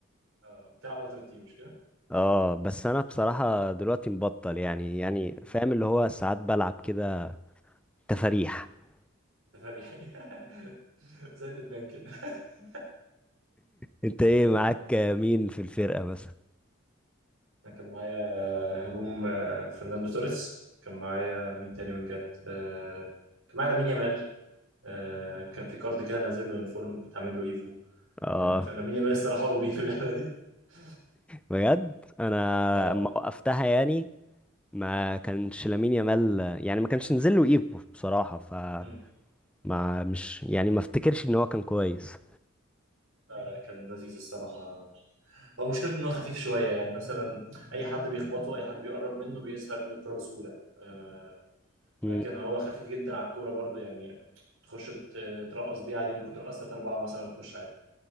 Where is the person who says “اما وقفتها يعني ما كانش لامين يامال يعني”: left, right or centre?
Centre